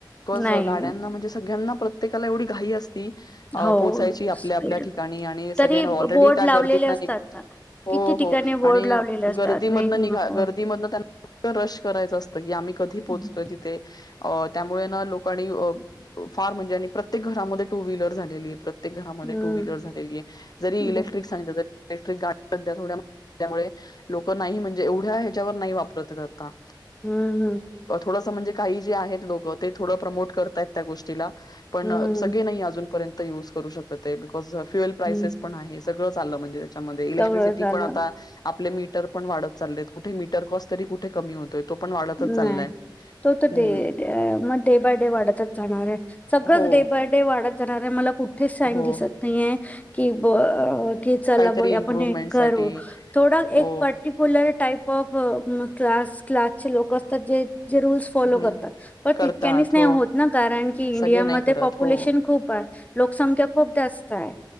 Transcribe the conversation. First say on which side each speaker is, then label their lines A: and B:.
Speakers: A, on the left (about 55°); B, on the left (about 20°).
A: बीकॉस
B: नाही.
A: गाड्यांना म्हणजे सगळ्यांना प्रत्येकाला एवढी घाई अस ती अ
B: हो,
A: पोहोचायची आपल्या
B: स्पीड.
A: आपल्या ठिकाणी, आणि सगळ्यांना
B: तरी
A: ऑलरेडी
B: बोर्ड
A: त्या
B: लावलेले
A: गर्दीतन
B: असतात
A: निग
B: ना.
A: हो
B: किती
A: हो
B: ठिकाणी बोर्ड
A: आणि
B: लावलेले असतात.
A: गर्दी मधन
B: वेग
A: निघ
B: नको.
A: गर्दी मधन त्यांना फक्त्त रश करायच असत. आम्ही कधी पोहोच
B: हं.
A: यच तिथे. अ त्यामुळे ना लोकांनी फार म्हणजे आणि प्रत्येक घरामध्ये टू व्हीलर झालेली आहे. प्रत्येक घरामध्ये
B: हं,
A: टू व्हीलर झालेली आहे. जरी
B: हं,
A: इलेक्ट्रिक सांगितली तरी इलेक्ट्रिक गाडी सध्या थोड्या महाग असल्यामुळे लोक नाही म्हणजे एवढे आहेत त्याच्यावर नाही वापरत आहेत आता.
B: हम्म हम्म.
A: थोडंस म्हणजे काही जे आहेत लोक ते थोड प्रमोट करतायत त्या गोष्टीला. पण
B: हं, हं,
A: सगळे नाही अजूनपर्यंत ते युज करू शकत आहे. बीकॉस फ्युएल प्रायसेस
B: हं.
A: पण आहेत. सगळ चाललं म्हणजे त्याचामध्ये इलेक्ट्रिसिटी
B: सगळं झालं.
A: पण आता आपले मीटर पण वाढत चालले आहेत कुठे मीटर कॉस्ट तरी कुठे कमी होतय. तो पण वाढतच चाललाय.
B: नाही. तो तर
A: हम्म
B: डे मग डे बाय डे वाढतच जाणार आहे. सगळंच
A: हो
B: डे बाय डे वाढत जाणार आहे. म <unintelligible> साइन
A: हो
B: दिसत नाहीये. की ब की चला
A: काहीतरी
B: ब
A: इम्प्रुव्हमेंट
B: आपण हे करू,
A: साठी
B: थोडा
A: हो
B: एक पर्टिक्युलर टाईप. फ, फ, मग क्लास-क्लास- -चे लोक असतात जे. जे रूल्स फॉलो
A: हम्म
B: करतात. पण
A: करतात
B: तितक्यानीच नाही
A: हो
B: होत ना कारण की इंडियामध्ये
A: सगळे नाही करत
B: पॉप्युलेशन
A: हो
B: खूप आहे. लोकसंख्या खूप जास्त आहे.